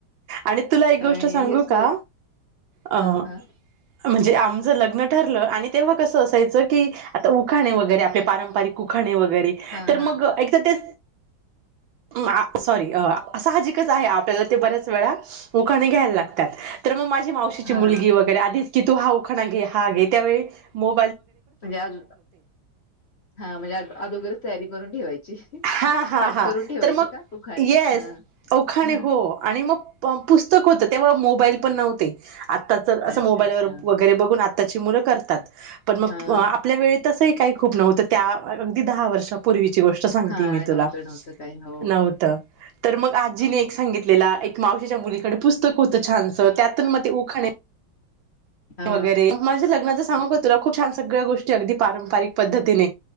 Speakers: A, on the right (about 75°); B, on the left (about 60°).
A: आणि तुला एक गोष्ट
B: आणि
A: सांगू
B: हेच
A: का? अ
B: हा हा
A: म्हणजे आ ज लग्न ठरलं आणि तेव्हा कसं असायच की, आता उखाणे वगैरे आपले पारंपरिक उखाणे व गरे,
B: हा
A: तर
B: हा
A: मग एक त ते मां सॉरी आ साहजिकच आहे आपल्याला ते बऱ्याच वेळा, उखाणे घ्यायला लागतात, तर मग मा मावशीची
B: हा
A: मुलगी वैगरे आधीच की तू हा उखाणा घे हा घे त्यावेळी मो
B: म्हणजे आज हा म्हणजे आ आदोगरच तयारी करून ठेवायची.
A: हा हा
B: पाठ
A: हा
B: करून ठेवायची
A: तर मग
B: का पुखाणे
A: येस,
B: हा
A: उखाणे
B: हा
A: हो आणि मग पुस्तक होत ते तेव्हा मोबाईल पण नव्हते, आता तर असं
B: अच्छा
A: मोबाईलवर
B: अच्छा
A: वगैरे बघून आत्ताची मुलं करतात. पण मग
B: हा
A: आपल्या वेळेत तसंही काही खूप नव्हतं त्या अगदी दहा वर्षापूर्वीची गोष्ट सांग
B: हा
A: ती मी तुला,
B: नव्हतं नव्हतं काय हो
A: नव्हतं. तर मग आजीने एक सांगितलेला, एक मावशीच्या मुलीकडे पुस्तक होतं छानसं त्यातून मग ते उखाणे
B: हा
A: वगैरे, म माझ्या लग्नाचंच का तुला? खूप छान सगळ्या गोष्टी अगदी पारंपरिक पद्धतीने,